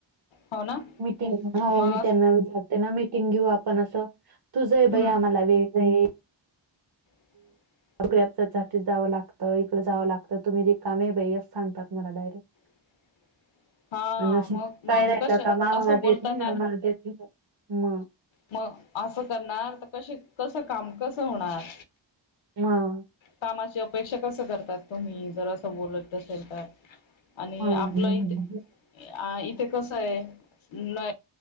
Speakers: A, on the left (about 85°); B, on the right (about 55°).
A: हो ना
B: मिटिंग हो
A: मग
B: मी त्यांना विचारते ना मिटिंग घेऊ आपण असं तुझं जाई
A: हम्म.
B: बाई आम्हाला वेळ नाही.
A: ह <inaudible>
B: अग ग्रॅबच्यासाठी जावं लागतं इकडे जावं लागतं तुम्ही रिकामे हे बाई असं सांगतात मला डायरेक्ट.
A: <inaudible> हा
B: आणि असं
A: मग,
B: काय
A: मग
B: राहिलं
A: कस
B: का मामाला
A: असं बोलतात
B: देत नाही
A: अन
B: आम्हाला देत नाही मग
A: मग असं करणार तर कशी कस काम कसं होणार.
B: मग
A: कामाची अपेक्षा कस करतात तुम्ही? जर असं बोलत असेल तर. आणि
B: मग
A: आपलं इथ अ इथे कस आहे न